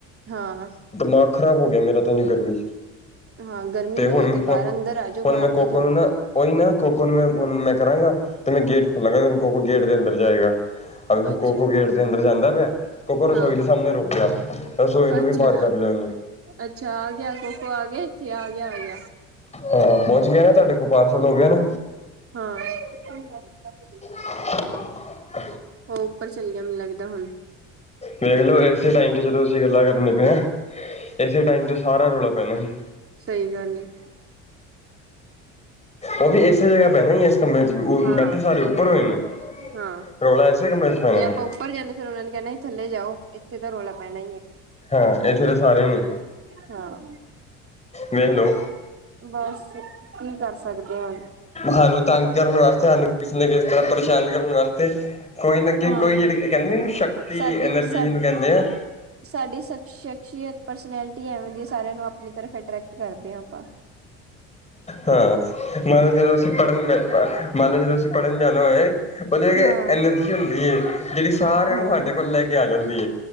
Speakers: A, on the right; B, on the left.
A: ਹਾਂ
B: ਦਿਮਾਗ ਖ਼ਰਾਬ ਹੋ ਗਿਆ ਮੇਰਾ ਤਾ ਇੰਨੀ ਗਰਮੀ ਚ।
A: ਹਾਂ ਗਰਮੀ
B: ਤੇ ਹੁਣ
A: ਬਹੁਤ ਹੈ ਬਾਹਰ
B: ਹੁ
A: ਅੰਦਰ ਆ ਜਾਓ ਬਾਹਰ
B: ਹੁਣ ਮੈਂ ਕੋਕੋ
A: ਜਾਓ।
B: ਨੂੰ ਨਾ ਉਹੀ ਨਾ ਕੋਕੋ ਮੈਂ ਹੁਣ ਮੈਂ ਕਰਾਂਗਾ ਤੇ ਮੈਂ ਗੇਟ ਖੋਲਾਂਗਾ ਤੇਨੂੰ ਕੋਕੋ ਗੇਟ ਦੇ ਅੰਦਰ ਜਾਏਗਾ। ਆ
A: ਅੱਛਾ
B: ਕੋਕੋ ਗੇਟ ਦੇ ਅੰਦਰ ਜਾਂਦਾ ਪਿਆ ਕੋਕੋ
A: ਹਾਂ
B: ਰਸੋਈ ਦੇ ਸਾਹਮਣੇ ਰੁਕ ਗਿਆ। ਟੋਏ ਨੂੰ
A: ਅੱਛਾ
B: ਵੀ ਪਾਰ ਕਰ ਲਿਆ ਉਹਨੇ।
A: ਅੱਛਾ ਆ ਗਿਆ ਕੋਕੋ ਆ ਗਿਆ ਇੱਥੇ ਆ ਗਿਆ ਆ ਗਿਆ।
B: ਹਾਂ ਪਹੁੰਚ ਗਿਆ ਨਾ ਤੁਹਾਡੇ ਕੋਲ ਪਾਰਸਲ ਹੋ ਗਿਆ ਨਾ।
A: ਹਾਂ
B: <unintelligible>
A: ਉਹ ਉੱਪਰ ਚੱਲ ਗਿਆ ਮੈਨੂੰ ਲੱਗਦਾ ਹੁਣ।
B: ਵੇਖਲੋ ਇਸੇ ਟਾਈਮ ਤੇ ਜਦੋਂ ਅਸੀਂ ਗੱਲਾਂ ਕਰਨੇ ਪਏ ਹਾਂ ਇਸੇ ਟਾਈਮ ਤੇ ਸਾਰਾ ਰੌਲਾ ਪੈਣਾ ਸੀ।
A: ਸੱਹੀ ਗੱਲ ਹੈ।
B: ਉਹ ਵੀ ਇਸੇ ਜਗ੍ਹਾ ਪੈਣਾ ਇਸ ਕਮਰੇ ਚ ਉਹ
A: ਹਾਂ
B: ਬੈਠੇ ਸਾਡੇ ਉੱਪਰ ਹੋਏ ਨੇ
A: ਹਾਂ
B: ਰੌਲਾ ਇਸੇ ਕਂਮਰੇ ਚ ਪਾਉਣਾ
A: ਜੇ
B: ਸੀ।
A: ਆਪਾਂ ਉੱਪਰ ਜਾਂਦੇ ਫਿਰ ਉਹਨਾ ਨੇ ਕਹਿਣਾ ਥੱਲੇ ਜਾਓ ਇੱਥੇ ਤਾਂ ਰੌਲਾ ਪੈਣਾ।
B: ਹਾਂ, ਇਥੇ ਤਾਂ ਸਾਰੇ ਨੂੰ
A: ਹਾਂ।
B: ਵੇਖ ਲੋ
A: ਬੱਸ ਕੀ ਕਰ ਸਕਦੇ ਆ ਹੁਣ।
B: ਸਾਨੂੰ ਤੰਗ ਕਰਨ ਵਾਸਤੇ ਸਾਨੂੰ ਕਿਸੇ ਨਾ ਕਿਸੇ ਤਰ੍ਹਾਂ ਪਰੇਸ਼ਾਨ ਕਰਨ ਵਾਸਤੇ। ਕੋਈ ਨਾ
A: ਹਾਂ
B: ਕੋਈ ਜਿਹੜੀ ਕਹਿੰਦੇ ਨੇ ਸ਼ਕਤੀ
A: ਸਾਡੀ
B: ਐਨਰਜੀ
A: ਸਾ
B: ਜਿਹਨੂੰ ਕਹਿਣੇ ਆ
A: ਸਾਡੀ ਸ਼ਖਸੀਅਤ ਪਰਸਨੈਲਿਟੀ ਐਵੇਂ ਦੀ ਸਾਰਿਆਂ ਨੂੰ ਆਪਣੀ ਤਰਫ ਅਟਰੈਕਟ ਕਰਦੇ ਹਾਂ ਆਪਾਂ।
B: ਹਾਂ, ਮੈਂ ਜਦੋਂ ਅਸੀਂ ਪੜ੍ਹਨ ਮੰਨ ਲਓ ਜਦੋਂ ਅਸੀਂ ਪੜ੍ਹਨ ਜਾਣਾ ਹੋਏ ਉਹਦੇ
A: ਹਾਂ,
B: ਇਨੇ ਹੁੰਦੀ ਜਿਹੜੀ ਸਾਰਿਆਂ
A: ਹਾਂ,
B: ਨੂੰ ਸਾਡੇ ਕੋਲ ਲੈ ਕੇ ਆ ਜਾਂਦੀ ਐ।